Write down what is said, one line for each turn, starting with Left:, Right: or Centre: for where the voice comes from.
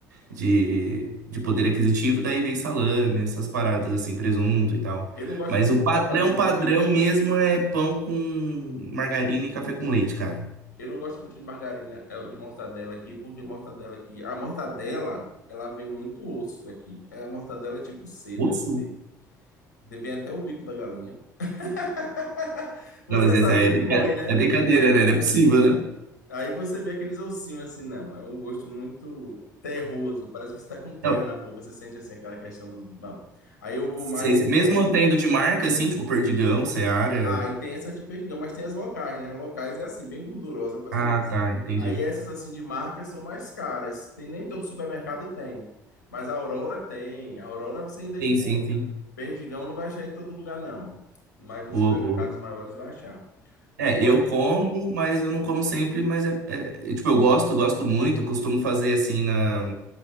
Right: de, de poder aquisitivo, daí vem salame, essas paradas assim, presunto e tal.
Left: Eu não gosto
Right: Mas
Left: muito
Right: o padrão,
Left: de mortadela
Right: padrão
Left: aqui.
Right: mesmo é pão com margarina e café com leite, cara.
Left: Eu não gosto muito de margarina, eh, de mortadela aqui, porque mortadela aqui. A mortadela, ela vem muito osso aqui. É, A mortadela é tipo C,
Right: Osso?
Left: deve ser. Vem até o bico da galinha. <laughs> Você
Right: Não, mas essa
Left: sabe
Right: é
Left: que eles
Right: brincadeira,
Left: moem, né?
Right: é brincadeira,
Left: Eles moem a
Right: né?
Left: carne.
Right: Não é possível, né?
Left: Aí você vê aqueles ossinhos assim, não. É um gosto muito terroso. Parece que você está com terra
Right: Não,
Left: na boca. Você sente assim aquela questão dos. Não. Aí eu vou
Right: sei,
Left: mais
Right: sei. mesmo
Left: pro.
Right: tendo de marca, assim, tipo Perdigão, Seara.
Left: Ah, e tem essas de Perdigão, mas tem as locais, né? As locais é assim, bem gordurosa, parece
Right: Ah,
Left: uma coisa assim.
Right: tá, entendi.
Left: Aí essas assim de marca são mais caras. Tem, nem todo supermercado tem. Mas a Aurora tem. A Aurora você ainda encontra.
Right: Sim, sim, sim.
Left: Perdigão não vai achar em todo lugar, não. Mas nos
Right: Boa,
Left: supermercados
Right: boa.
Left: maiores vai achar.
Right: É,
Left: Olha.
Right: eu como, mas eu não como sempre, mas é, é- é, tipo, eu gosto, gosto muito, costumo fazer assim na,